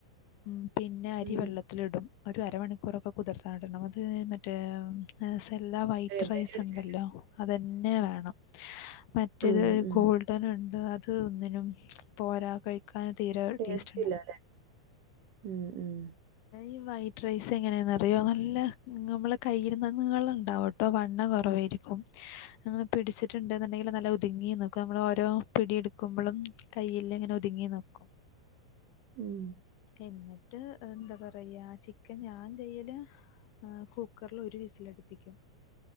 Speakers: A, on the left; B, on the right.
A: ഉം പിന്നെ അരി
B: ഉം
A: വെള്ളത്തിലിടും ഒരു അരമണിക്കൂറൊക്കെ കുതിർന്നടണം അത് മറ്റേ <unintelligible> അതെല്ലാ വൈറ്റ്
B: ഏതായാലും
A: റൈസ്
B: എടുക്ക്
A: ഉണ്ടല്ലോ അതന്നെ വേണം മറ്റേത്
B: ഉം ഉം
A: ഗോൾഡൻ ഉണ്ട് അത് ഒന്നിനും പോരാ <unintelligible> ക്കാന് തീരെ
B: ടേസ്റ്റ്
A: ടേസ്റ്റ്ണ്ടാവില്ല
B: ഇല്ലാല്ലേ ഉം ഉം
A: ഈ വൈറ്റ് റൈസ് എങ്ങനെ അരിയോ നല്ല നമ്മളെ കയ്യില് നീളണ്ടാവുട്ടോ വണ്ണം കൊറവായിരിക്കും പിടിച്ചിട്ടുണ്ടെന്നുണ്ടെങ്കിൽ നല്ല ഒതുങ്ങി നിക്കും നമ്മൾ ഓരോ പിടിയെടുക്ക്പോളും കയ്യിൽ ഇങ്ങനെ ഒതുങ്ങി നിക്കും
B: ഉം
A: എന്നിട്ട് എന്താ പറയാ ചിക്കൻ ഞാൻ ചെയല അ കുക്കറൽ ഒരു വിസിലടിപ്പിക്കും